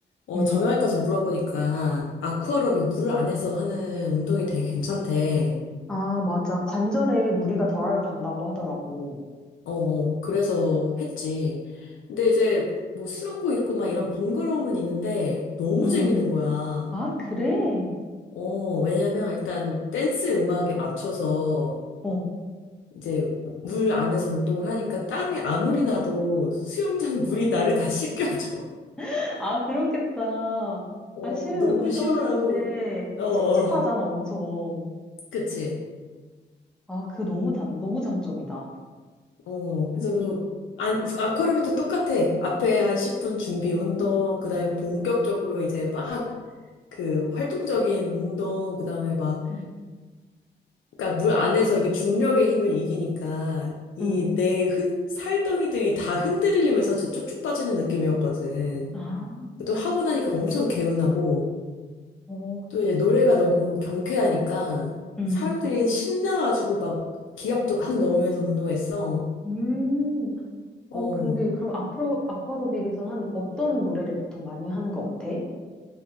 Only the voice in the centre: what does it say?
응.
아, 맞아. 관절에 무리가 덜 간다고 하더라고.
응.
아, 그래?
어.
<laughs> 아, 그렇겠다.
아, 실은
운동할
때
찝찝하잖아, 엄청.
아, 그 너무 단, 너무 장점이다.
응.
응.
아.
어,
음.
음.
어, 근데 그럼 아쿠로, 아쿠아로빅에서 한 어떤 노래를 보통 많이 하는 것 같아?